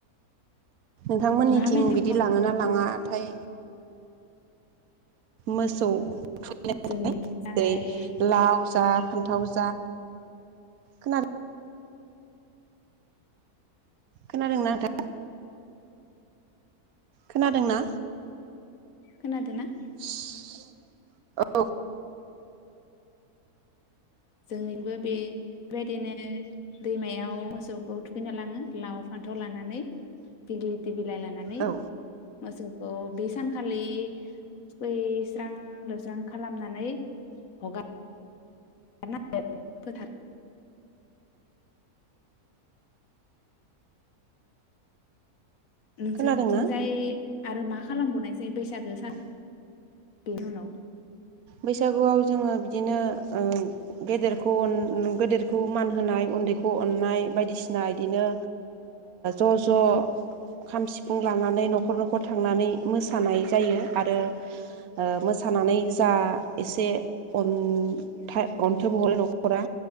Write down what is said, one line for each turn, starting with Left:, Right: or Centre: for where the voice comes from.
Right: नोंथांमोननिथिं
Left: मा मेथाइ
Right: बिदि लाङोना लाङा? नाथाय मोसौ थुनाय
Left: जोंनिथिंजाय
Right: जेरै लाव जा फान्थाव जा खोना खोनादोंना नोंथां? खोनादोंना?
Left: खोनादोंना?
Right: <inaudible> औ
Left: जोंनिबो बे बेबायदिनो दैमायाव मोसौखौ थुखैना लाङो लाव फान्थाव लानानै दिग्लि बिलाइ लानानै।
Right: औ
Left: माजो औ बे सानखालि खैस्रां लोबस्रां खालामनानै हगार <unintelligible> फोथार नोंसोरथिंजाय
Right: खोनादोंना?
Left: आरो मा खालामबावनाय जायो बैसागो सानाव बेनि उनाव?
Right: बैसागुआव जोङो बिदिनो ओ गेदेरखौ अन गेदेरखौ मान होनाय उन्दैखौ अननाय बायदिसिना बिदिनो ओ ज' ज' खाम सिफुं लानानै न'खर न'खर थांनानै मोसानाय जायो। आरो ओ मोसानानै जा एसे अन थाय अन थाय हरो न'खरा